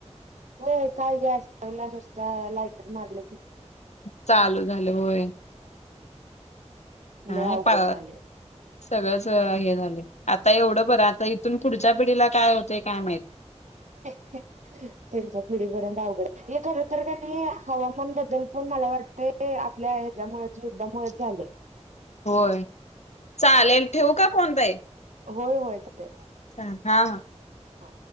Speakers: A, on the right; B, on the left.
A: हो काय गॅस सव ला नुसता लायटर मारले
B: चालू झालं होय काय
A: अवघड
B: पा
A: झाले
B: सगळंच हे झालं आता एवढं बरं आता इथून पुढच्या पिढीला काय होते काय माहिती
A: अच्छा त्यांच्या पिढीपर्यंत अवघड हे खर तर का नाही हवामान बद्दल पण मला वाटत आपल्या ह्याच्यामुळेच युद्धामुळेच झाले
B: होय चालेल ठेवू का फोन पाई
A: होय होय जे
B: अ हा हा
A: हो